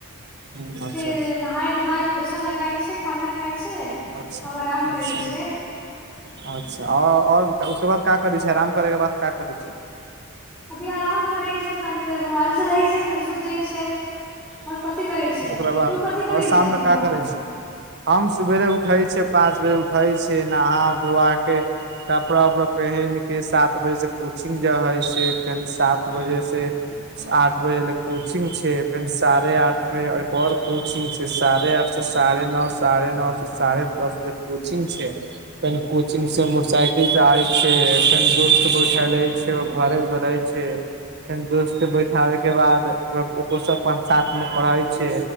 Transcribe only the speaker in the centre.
फेर
नहाय धोआए पोछा लगा छै खाना ख खाइ छै
आब आराम
करै छै
अभी आराम करै छै तनी देर मोबाइल चलैत छै फिर सुति जाइ छै कथी करै छै
तू कथी
करै
छै दिन
भरि